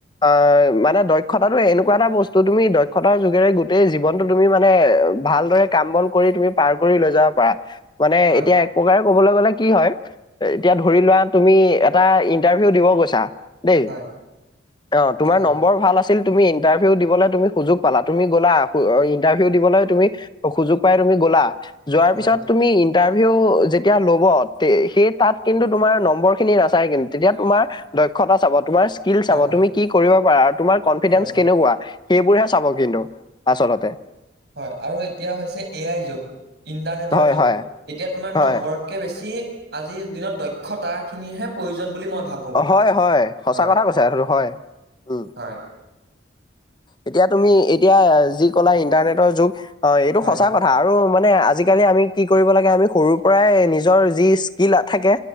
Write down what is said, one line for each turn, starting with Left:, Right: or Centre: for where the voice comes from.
Left: অ'! মানে, দক্ষতাটো এনেক এনেকুৱা এটা বস্তু। তুমি দক্ষতাৰ যুগেৰে গোটেই জীৱনটো তুমি মানে, ভালদৰে কাম বন কৰি তুমি পাৰ কৰি লৈ যাব পাৰা। মানে,
Right: হয়
Left: এতিয়া এক প্ৰকাৰ কবলৈ গলে কি হয় এতিয়া ধৰি লোৱা তুমি এটা ইন্টাৰভিউ দিব গৈছা। দেই
Right: হয়
Left: অ তোমাৰ
Right: হয়,
Left: নম্বৰ ভাল আছিল তুমি ইনটাৰ। ভিউ দিবলৈ তুমি সুযোগ পালা তুমি গলা ইণ্টাৰভিউ দিবলৈ তুমি সুযোগ পাই তুমি গলা। যোৱাৰ
Right: হয়,
Left: পিছত তুমি। ইন্টাৰভিউ যেতিয়া লব সেই তাত কিন্তু তমাৰ নম্বৰ খিনি নাচাই তেতিয়া তোমা। দক্ষতা চাব তোমাৰ স্কিল চাব
Right: হয়,
Left: তুমি কি কৰিব পাৰা আৰু তোমাৰ কনফিডেন্স
Right: হয়,
Left: কেনেকুৱা। সেইবোৰহে চাব কিন্তু আচলতে।
Right: হয় আৰু এতিয়া হৈছে এ আই যুগ। ইণ্টাৰনেটৰ
Left: হয়
Right: যুগ
Left: হয়
Right: এতিয়া তোমাৰ
Left: হয়
Right: নম্বৰতকে বেছি। আজিৰ দিনত দক্ষতা খিনিহে প্ৰয়োজন বুলি মই। ভাবো।
Left: হয় হয় সচা
Right: হয়,
Left: কথা কৈছা এটো হয় উম।
Right: হয়,
Left: এতিয়া তুমি এতিয়া যি ক'লা ইণ্টাৰনেটৰ যুগ অ এইটো
Right: হয়,
Left: সঁচা কথা আৰু। মানে আজিকালি আমি কি কৰিব লাগে আমি সৰুৰ পৰাই নিজৰ যি স্কিল থাকে।